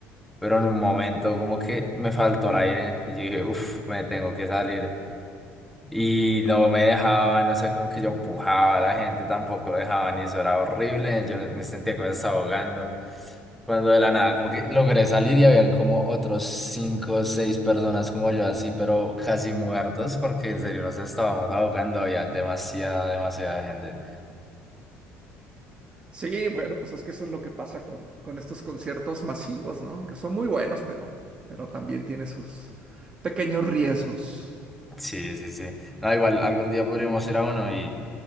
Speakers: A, in the centre; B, on the right (about 25°).
A: Pero en un momento, como que me faltó el aire. Y yo dije, uff, me tengo que salir. Y no me dejaba, no sé, como que yo empujaba a la gente, tampoco dejaban, y eso era horrible. Yo no- me sentía que me estaba ahogando. Cuando de la nada, como que logré salir y habían como otros cinco o seis personas como yo, así, pero casi muertos, porque en serio nos estábamos ahogando, había demasiada, demasiada gente.
B: Sí, bueno, pues es que eso es lo que pasa con, con estos conciertos masivos, ¿no? Que son muy buenos, pero, pero también tiene sus pequeños riesgos.
A: Sí, sí, sí. No, igual algún día podríamos ir a uno y